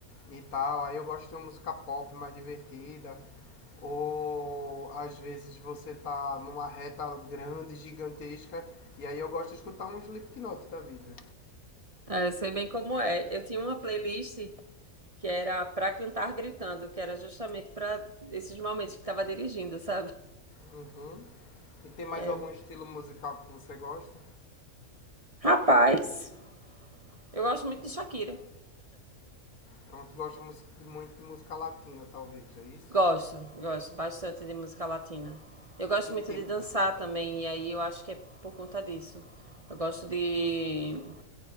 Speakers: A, on the left (about 85°); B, on the right (about 30°).
A: e tal. Aí eu gosto de uma música pop mais divertida. Ou às vezes você tá numa reta grande, gigantesca, e aí eu gosto de escutar um Slipknot da vida.
B: É, eu sei bem como é. Eu tinha uma playlist que era pra cantar gritando, que era justamente pra esses momentos que tava dirigindo, sabe?
A: Uhum. E tem mais
B: É,
A: algum estilo musical que você gosta?
B: rapaz, eu gosto muito de Shakira.
A: Então tu gosta mus- de muito de música latina, talvez, é isso?
B: Gosto, gosto bastante de música latina. Eu gosto
A: Que
B: muito
A: tipo?
B: de dançar também, e aí eu acho que é por conta disso. Eu gosto de